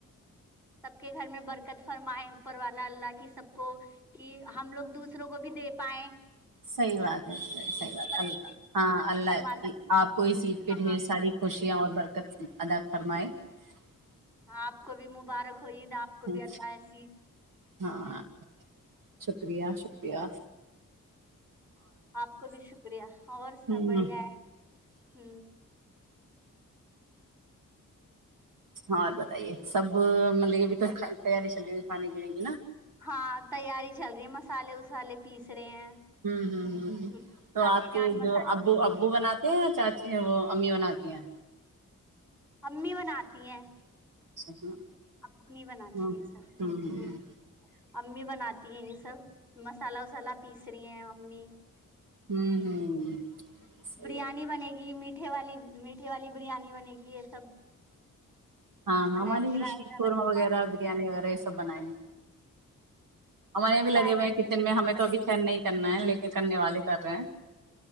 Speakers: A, in the centre; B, on the right (about 75°).
A: سب کے گھر میں برکت فرمائے اوپر والا اللہ کی سب کو کہ ہم لوگ دوسروں کو بھی دے پائائے
B: صحیح بات ہے صحیح صحیح بات ہے اللہ
A: ایسے
B: ہاں اللہ
A: فرماتا ہے
B: آپ کو اس عید پہ
A: ہاں
B: ڈھیر ساری خوشیاں اور برکت ادااک فرمائ <unintelligible>
A: ہاں آپ کو بھی مبارک ہو عید آپ کو
B: ہوں
A: بھی اللہ حسید <unintelligible>
B: ہاں شکریہ شک کیایا
A: آپ کو بھی شکریہ اور سب
B: ہوں
A: بڑھیا ہے ہ
B: ہاں اور بتائیے سب مطلب کہ ابھی تو تیاری چل جائے گی کھانے پینے کی نا
A: ہاں تیاری چل رہی ہے مسالے وسالے پیس رہے ہیں
B: ہوں ہوں ہوں
A: ہ
B: <unintelligible> تو
A: چاچی
B: آپ کے
A: جان مسالے
B: جو ابو
A: پیس رہی
B: ابو
A: ہیں
B: بناتے ہیں چاچی یہ وہ امی بناتی ہیں
A: امی بناتی ہیں
B: اچھا ہاں
A: ابو نہیں بناتے
B: ہاں
A: یہ سب
B: ہ <unintelligible>
A: امی بناتی ہیں یہ سب مسالہ وسالا پیس رہی ہیں ممی <unintelligible>
B: ہوں ہوں صحیح
A: بریانی
B: ہے
A: بنے گی <unintelligible> می میٹھے والی میٹھے والی بریانی بنے گی یہ سب
B: ہاں ہاں
A: بنائیں
B: ہماریے
A: گے
B: بھی
A: رائتا
B: شیخ قورما
A: بنے
B: وغیرہ
A: گا
B: بریانی وغیرہ یہ سب بنائیں گے ہمار
A: ہ
B: یہ بھی لگے
A: رائتا
B: ہوئے ہیں کچن میں ہمیں
A: بنے
B: تو ابھی خین نہیں کرنا ہے لیکن کرنے والالے کر رہے ہیں